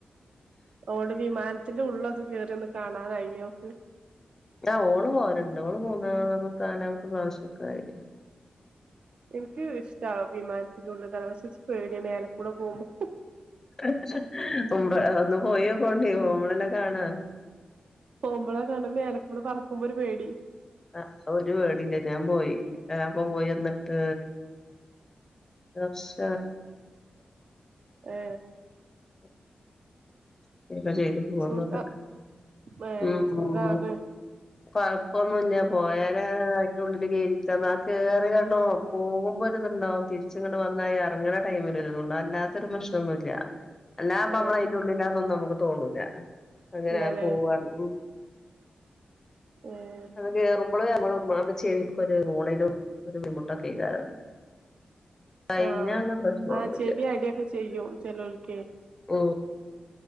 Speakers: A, on the right; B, on the left.
A: ഓട് വി മ അത്തിന്റെ ഉള്ളൊക്കെ കേറി ഒന്ന് കാണാനയി ഓക്
B: അ ഓള് പോലുണ്ട് ഓള് മൂന്നാമത്തെ നാലാമത്തെ പ്രാവശ്യക്കയി
A: എനിക്ക് ഇഷ്ട വിമാനത്തിനുള്ളിൽ കേറാൻ പക്ഷെ ഇച്ച് പേടിയാ മേലേക്കൂടെപോവുമ്പോ
B: <unintelligible> ഉംറ ഒന്ന് പോയിക്കോണ്ടി പോവുമ്പാലല്ലേ കാണാ
A: പോമ്പളെ കാണാ മേലക്കൂട് പറക്കുമ്പോ ഒരു പേടി
B: അ ഒരു പേടില്ല ഞാൻ പോയി ണപ്പാപോയിന്നിട്ട് ഒരുവർഷ
A: ഹെ
B: <inaudible> ഇക്കെ ചെയ്ത് പോന്നു
A: സുഖ
B: അവിടെക്കെ
A: ഏ
B: ഉം
A: സുഖാണ്
B: കൊഴപ്പൊന്നുല്ല പോയാല് അതി ഉള്ളില് കേയറിട്ടന്ന കേറേ ണോ പോകുമ്പോ രു ണ്ടാവും തിരിച്ങ്ങണ്ട് വന്നായിൽ ഇറങ്ങുന്ന ടമിൽരു ത് ണ്ടോ അല്ലാത്തരു പ്രശ്നന്നുമല്ല അല്ലാപ്പ നമ്മൾ
A: ഏ
B: അയിന്റെള്ളിലാന്നൊന്നും നമുക്ക് തോന്നൂല അങ്ങനെ
A: ഇല്ലല്ലേ
B: പോവാ മ്
A: ഏ
B: അതൊക്കെെയറ നമ്മള് നമ്മള ചേവിൊക്കെ ഒരു മോളനും ഒരു ബിമുട്ടൊക്കെ ചെയ്താരോ കഴഞ്ഞുള്ള
A: ആഹ്
B: പ്രശ്നൊന്നുമല്ല
A: ആഹ് ചെവി അടിയൊക്കെ ചെയ്യും ചെലോൽക്കെ
B: ഉ